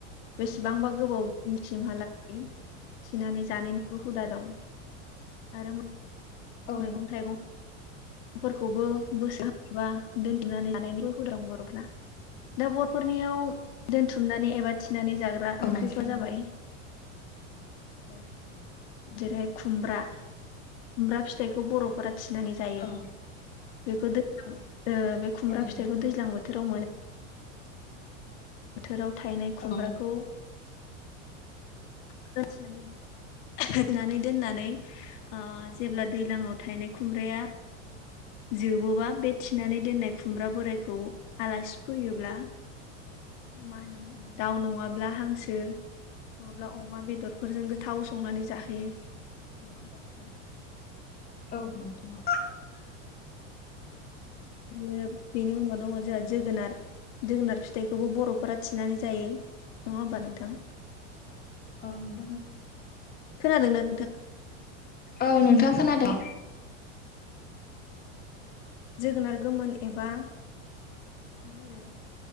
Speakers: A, on the left; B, on the left.
A: बेसेबांबा गोबाव सिमहालागै थिनानै जानायनिबो हुदा दं आरो
B: औ
A: मैगं थाइगं फोरखौबो बोसो एबा दोनथनानै जानायनिबो <unintelligible> बर'फोरना। दा बरफोरनियाव दोनथुमनानै एबा थिनानै जाग्रा ओंख्रिफ्रा
B: नोंथां
A: जाबाय औ। जेरैहाय खुमब्रा खुमब्रा फिथाइखौ बर'फोरा थिनानै जायो।
B: औ
A: बेखौ दैज्लां ओ बे खुमब्रा
B: औ नोंथां
A: फिथाइखौ दैज्लां बोथोराव मोनो। बोथोराव थायनाय खुमब्राखौ
B: औ नोंथां औ
A: थिनानै होनानै दोननानै ओ जेब्ला दैज्लाङाव थायनाय खुमब्राया जोबोबा बे थिनानै दोननाय खुमब्रा बोरायखौ आलासि फैयोब्ला मा होनना बुङो दाउ नङाब्ला हांसो नङाब्ला अमा बेदरफोरजों गोथाव संनानै जाहोयो <inaudible>
B: औ नोंथां औ।
A: यो बेनि उनाव दङ जोहा जोगोनार। जोगोनार फिथाइखौबो बर'फोरा थिनानै जायो नङा होमबा नोंथां?
B: अ <unintelligible>
A: खोनादोंना नोंथाङा?
B: औ नोंथां खोनादों।
A: जोगोनार गोमोन एबा मा होनो